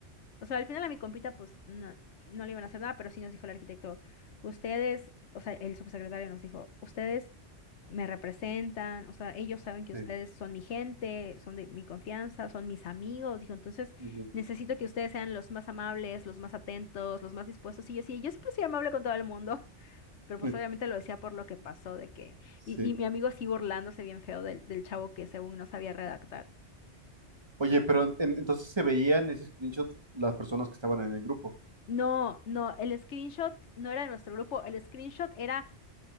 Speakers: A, on the left (about 75°); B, on the right (about 25°).
A: O sea, al final a mi compita, pues, no, no le iban a hacer nada, pero sí nos dijo el arquitecto, ustedes, o sea, el subsecretario nos dijo, ustedes me representan, o sea, ellos saben que
B: Sí.
A: ustedes son mi gente, son de mi confianza, son mis amigos, dijo, entonces
B: ujú,
A: necesito que ustedes sean los más amables, los más atentos, los más dispuestos. Y yo sí, yo siempre soy amable con todo el mundo. Pero pues
B: sí,
A: obviamente lo decía por lo que pasó, de que...
B: sí.
A: Y, y mi amigo sigue burlándose bien feo del, del chavo que según no sabía redactar.
B: Oye, pero en- entonces se veían en ese screenshot las personas que estaban en el grupo.
A: No, no, el screenshot no era de nuestro grupo, el screenshot era